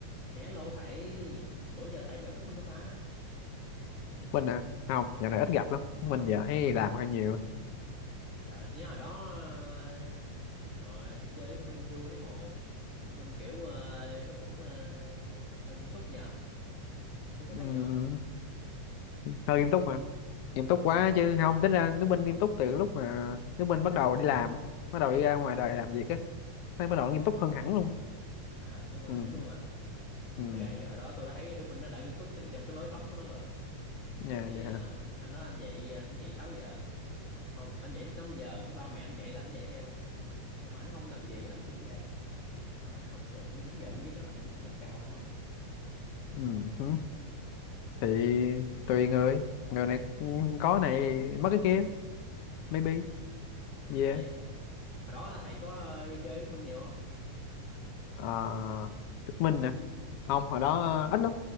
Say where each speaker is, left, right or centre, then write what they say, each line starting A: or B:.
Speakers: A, on the left (about 30°); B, on the left (about 80°).
A: Hello thầy, bữa giờ thầy có gặp Đức Minh không ta?
B: Mình à không dạo này ít gặp lắm mình giờ hay làm hơi nhiều
A: Trời, tôi nhớ hồi đó ờ, ngồi đi chơi Đức Minh vui thấy mồ. Đức Minh kiểu ờ, nó cũng ờ, hơi nghiêm túc nhờ. Tôi có thấy
B: Ừm,
A: vậy không?
B: hơi nghiêm túc mà
A: Ờ,
B: nghiêm túc quá chứ không tính ra nước Minh nghiêm túc từ lúc mà nước Minh bắt đầu đi làm bắt đầu đi ra ngoài đời làm việc á thấy bắt đầu nghiêm túc hơn hẳn luôn
A: À, tôi còn
B: ừ
A: hẳn luôn à.
B: ừ
A: Thật ra thì hồi đó tôi đã thấy Đức Minh nó đã nghiêm túc từ trong cái lối sống của nó rồi.
B: nhà
A: Thấy
B: vậy
A: ờ,
B: hả
A: anh nói anh dậy ờ, anh dậy 6 giờ. Không, anh dậy lúc 5 giờ, cái ba mẹ anh dậy là anh dậy theo. Xong mà ảnh không làm gì, ảnh cũng dậy. À, ảnh học và cũng đúng giờ đúng giấc đó, ảnh cũng kỷ luật cao lắm á.
B: ừ hứ. thì tùy người người này ừ, có này mất cái kia maybe yeah
A: Thấy hồi đó thầy có ờ, đi chơi Đức Minh nhiều không
B: à, Đức Minh nè không hồi đó ờ, ít lắm